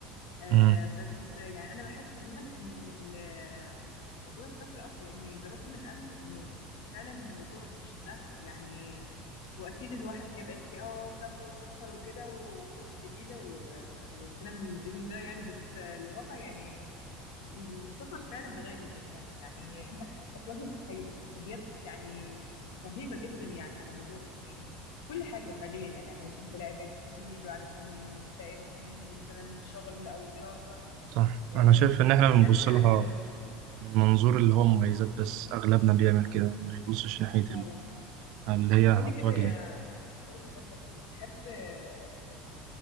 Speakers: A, on the left; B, on the right.
A: آه،
B: أه
A: بس يعني أنا بحس عموما إن ال- موضوع السفر أصلا يعني جربته من قبل إنه فعلا الموضوع مش سهل يعني وأكيد الواحد هيبقى يحكي أه سفر سفر وكده وفرص جديدة و- والكلام الجميل ده يعني بس الواقع يعني السفر فعلا بغير البني ادم يعني <laughs> انت هتواجه تحي- تحديات يعني رهيبه جدا يعني على موضوع يعني كل حاجه فعليا يعني علشان تلاقي بيت جديد وعلشان تلاقي مكان مثلا شغل او دراسه
B: صح
A: آه،
B: أنا شايف
A: دي كلها
B: إن إحنا
A: تحديات
B: بنبص
A: يعني
B: لها من منظور اللي هو مميزات بس أغلبنا بيعمل كده ما بيبصش ناحية
A: فعلا
B: ال- اللي هي
A: طب
B: هتواجه
A: قول لي كده يا
B: إيه
A: قولي كده بتحب آه،